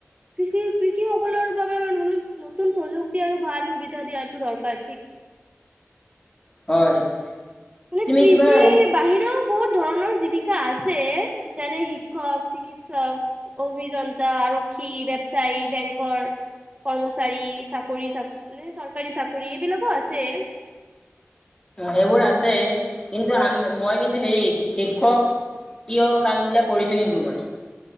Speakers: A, on the right; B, on the left.
A: কৃষি -কৃষি সকলৰ বাবে ম মলো নতুন প্ৰযুক্তি আৰু ভাল সুবিধা দিয়াটো দৰকাৰ ঠিক
B: হয়।
A: মানে
B: তুমি
A: কৃষি
B: কিবা
A: বাহিৰেও বহুত ধৰণৰ জীৱিকা আছে যেনে শিক্ষক, চিকিৎসক, অভিযন্তা, আৰক্ষী ক্ষি, ব্যৱসায়ী, বেংকৰ। কৰ্মচাৰী, চাকৰি চা মানে চৰকাৰী চাকৰি এইবিলাকো আছে।
B: সেইবোৰ আছে কিন্তু আম মই কিন্তু হেৰি শিক্ষক কিয় কামবিলাক কৰিছো কিন্তু মই,